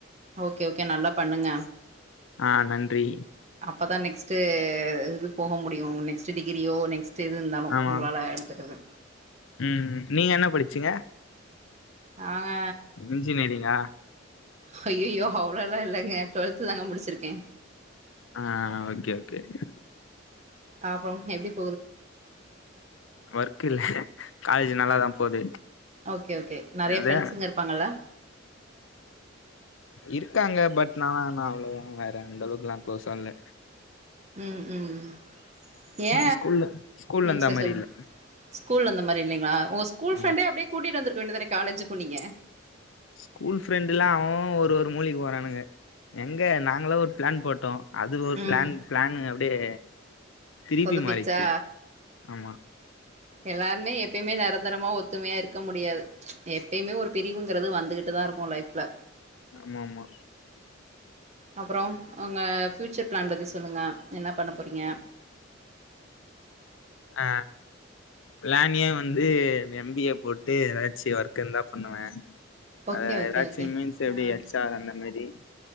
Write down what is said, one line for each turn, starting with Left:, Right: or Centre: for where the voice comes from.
Right: ஓகே ஓகே நல்லா பண்ணுங்க.
Left: ஆ நன்றி.
Right: அப்பதா நெக்ஸ்ட்டு இது போக முடியு நெக்ஸ்ட் டிகிரியோ நெக்ஸ் ட்டு எது இருந்தாலு
Left: ஆமா
Right: உங்களால எட்த்துக்றது.
Left: ம் ம் நீங்க என்னா படிச்சீங்க?
Right: நாங்க
Left: இன்ஜினியரிங்கா?
Right: ஹய்யய்யோ அவ்ளோலா இல்லங்க டுவெல்த் தாங்க முடிச்சிருக்கே.
Left: அ அ ஓகே ஓகே ஓகே.
Right: அப்றம் எப்டிப்
Left: ஒர்க் இல்ல காலேஜு நல்லாதா போது.
Right: ஓகே ஓகே நறைய
Left: அது
Right: ஃப்ரெண்ஸுங்க இருப்பாங்கல்ல?
Left: இருக்காங்க பட் நா நா நா அவ்வளோதா வேற அந்த அளவுக்குல்லா குளோஸா இல்ல
Right: ம் ம் ம் ஏ
Left: ஸ்கூல்ல ஸ்கூல்ல இந்தா
Right: சரி
Left: மாரி
Right: சொல்லுங்க
Left: இல்ல
Right: ஸ்கூல்ல இருந்த மாரி இல்லிங்களா ஓ ஸ்கூல் ஃப்ரண்டே
Left: ஆமா
Right: அப்டியே கூட்டிட்டு வந்துருக்க வேண்டிதானே காலேஜுக்கு நீங்க
Left: ஸ்கூல் ஃப்ரெண்டு்ல்லா அவே அவே ஒரு ஒரு மூலைக்கு போறானுக எங்க நாங்கல்லா ஒரு ப்ளான் போட்டோ அது ஒரு
Right: ம்
Left: ப்ளான் ப்ளான் அப்டியே திருப்பி
Right: சொதப்பிச்சா
Left: மாறிர்ச்சி ஆமா
Right: எல்லாருமே எப்பயுமே நெரந்தரமா ஒத்துமையா இருக்க முடியாது எப்பயுமே ஒரு பிரிவுங்கிறது வந்துகிட்டுதா இருக்கு லைஃப்ல
Left: ஆமாமா
Right: அப்பறோ ஒங்க ஃப்யூச்சர் ப்ளான் பத்தி சொல்லுங்க என்ன பண்ண போறீங்க
Left: ஆ ப்ளான் ஏ வந்து எம் பி ஏ போட்டு ஏதாச்சு ஒர்க் இருந்தா பண்ணுவே
Right: ஓகே
Left: அதா
Right: ஓகே
Left: ஏதாச்சு
Right: ஓகே
Left: மீன்ஸ் எப்டி
Right: ஆ
Left: ஹெச் ஆர் அந்த மாரி